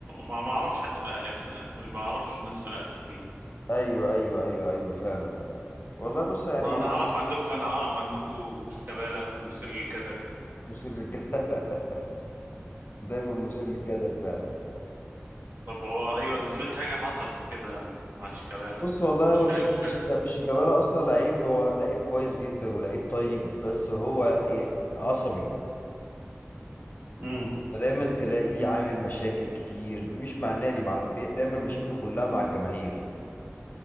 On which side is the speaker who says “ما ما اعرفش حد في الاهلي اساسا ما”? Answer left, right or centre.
Right